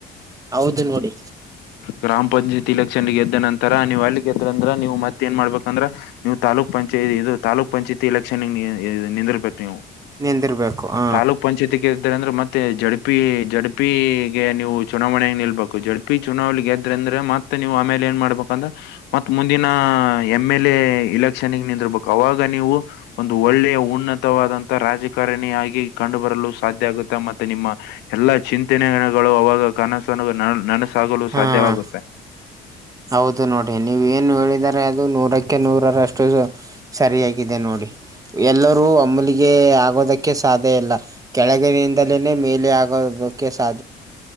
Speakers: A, on the right (about 20°); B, on the left (about 90°).
A: ಹೌದು ನೋಡಿ
B: ಗ್ರಾಮ ಪಂಚಾಯತಿ ಎಲೆಕ್ಷನ್ ಗೆದ್ದ ನಂತರ ನೀವ್ ಅಲ್ಲಿ. <unintelligible> ಅಂದ್ರ ನೀವು ಮತ್ತ ಏನ ಮಾಡ್ಬೇಕಂದ್ರ ನೀವು ತಾಲೂಕ ಪಂ. ಚ ಇದು ತಾಲೂಕ್ ಪಂಚಾಯತಿ ಎಲೆಕ್ಷನ ಗೆ ನಿಂದಿರ್ಬೇಕು ನೀವು.
A: ನಿಂದಿರ್ಬೇಕು ಹ
B: ತಾಲೂಕ್ ಪಂಚಾಯತಿ ಗೆಲ್ತಿರಿ ಅಂದ್ರ ಮತ್ತೆ ಜೆಡ್ ಪಿ ಜೆಡ್ ಪಿ ಗೆ ನೀವು. ಚುನಾವಣೆ ನಿಲ್ಬೇಕು ಜೆಡ್ ಪಿ ಚುನಾವಣೆ ಗೆದ್ರಿ ಅಂದ್ರ ಮತ್ತ ನೀವು ಆಮೇಲೆ ಏನ್ ಮಾಡ್ಬಕಂದ್ರ. ಮತ್ತ ಮುಂದಿನ ಎಮ್ ಎಲ್ ಎ ಇಲೆಕ್ಷನ್ ಗೆ ನಿಂದರ್ಬಕು ಅವಾಗ ನೀವು. ಒಂದು ಒಳ್ಳೆಯ ಉನ್ನತವಾದಂತ ರಾಜಕಾರಣಿಯಾಗಿ ಕಂಡು ಬರಲು ಸಾಧ್ಯ ಆಗುತ್ತೆ ಮತ್ತೆ ನಿಮ್ಮ. ಎಲ್ಲಾ ಚಿಂತನೆಗಳು ಅವಾಗ ಕನಸನ ನ ನನಸಾಗಲು
A: ಹ್ಮ್
B: ಸಾಧ್ಯವಾಗುತ್ತ.
A: ಹೌದು ನೋಡಿ ನೀವ ಏನು ಹೇಳಿದರೆ ಅದು ನೂರ. ಕ್ಕೆೆ ನೂರರಷ್ಟು ಸರಿಯಾಗಿದೆ ನೋಡಿ ಎಲ್ಲರೂ ಒಮ್ಮಲಿಗೆ ಆಗೋದ. ಕ್ಕೆ ಸಾಧ್ಯ ಇಲ್ಲ ಕೆಳಗಿನಿಂದಲೇ ಮೇಲೆ ಆಗೋದಕ್ಕೆ ಸಾ.